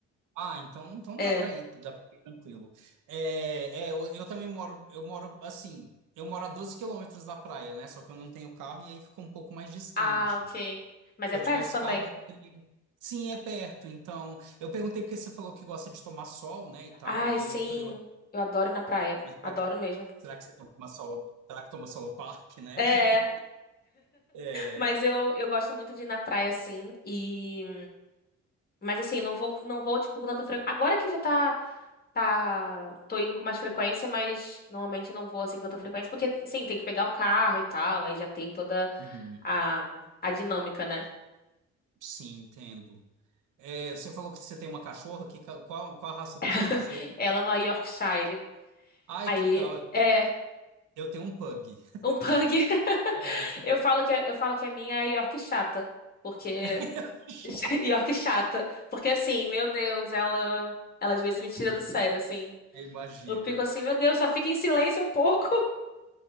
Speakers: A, on the right (about 85°); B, on the left (about 30°).
A: Ah, então, então
B: É.
A: dá para ir, dá para ir tranquilo. É, é, eu, eu também moro, eu moro assim, eu moro a 12 quilômetros da praia, né? Só que eu não tenho carro e aí fica um pouco mais distante.
B: Ah, ok.
A: Se
B: Mas é
A: eu
B: perto
A: tivesse
B: também.
A: carro, eu teria. Sim, é perto. Então, eu perguntei porque você falou que gosta de tomar sol, né, e tal,
B: Ai,
A: e
B: sim.
A: aí eu falei, ué,
B: Eu adoro ir na praia.
A: mas será
B: Adoro
A: que,
B: mesmo.
A: será que você toma sol? Será que toma sol no parque, né?
B: É,
A: <laughs> É,
B: mas eu, eu gosto muito de ir na praia, sim, e... Mas assim, não vou, não vou, tipo, com tanta frequência... Agora que já tá, tá... Tô indo com mais frequência, mas normalmente eu não vou, assim, com tanta frequência, porque, sim, tem que pegar o carro e tal, aí já tem toda
A: uhum,
B: a, a dinâmica, né?
A: sim, entendo. É, você falou que você tem uma cachorra, que, ca- qual, qual a raça
B: <laughs>
A: da sua cachorra?
B: Ela é uma Yorkshire.
A: Ai,
B: Aí,
A: que legal,
B: é,
A: eu tenho um pug.
B: um pug. <laughs>
A: É,
B: Eu falo que, a- eu falo que a minha é York chata, porque...
A: <laughs> Já
B: <laughs> E ó que chata. Porque assim, meu Deus, ela, ela às vezes me tira do sério, assim.
A: imagino.
B: Eu fico assim, meu Deus, só fica em silêncio um pouco.